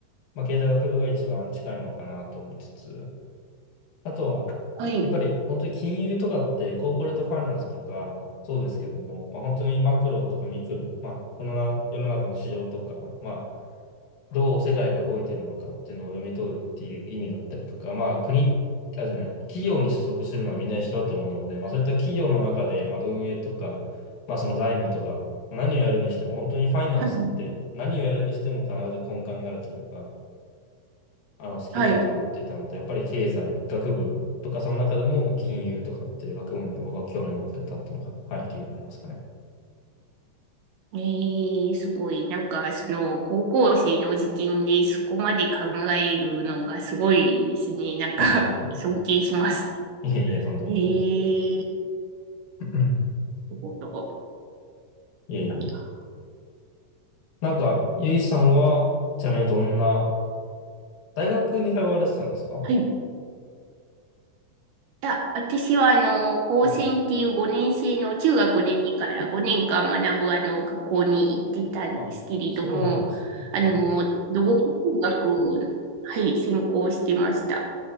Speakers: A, on the left (about 75°); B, on the right (about 75°).
A: まあ、経済学部が一番近いのかなと思いつつ、あとは、
B: はい、
A: やっぱり本当に金融とかってコーポレートファイナンスとかそうですけども、まあ、本当にマクロとかミクロ、まあ、このな世の中の市場とか、まあ、どう世界が動いてるのかっていうのを読み取るっていう意味だったりとか、まあ、国、あ、じゃない、企業に所属するのはみんな一緒だと思うので、まあ、そういった企業の中で、まあ、運営とか、まあ、その財務とか、まあ何をやるにしても、本当にファイナンスって何をやるにしても必ず根幹になるというか、
B: はい。
A: あのスキルだと思っていたので、
B: はいはい
A: やっぱり経済、学部とか、その中でも、まあ、金融とかっていう学問には僕は興味を持ってたっていうのが、はい、理由になりますかね。
B: ええすごい。なんか、その、高校生の時点でそこまで考えるのがすごいですね。なんか、
A: あ、いやいや。
B: 尊敬します。
A: いえいえ、とんでもないです。
B: ええ
A: <clears throat>
B: なるほど。
A: いえいえ。
B: いや、
A: なんか、ゆいさんは、ちなみにどんな、大学に通われてたんですか
B: はい。いや、私は、あの、高専っていう5年生の中学でいいから5年間学ぶ、
A: はい。
B: あの、学校に行ってたんですけれども、
A: あ、そうなんですね。
B: あの、
A: はい。
B: 土木工学を、はい、専攻してました。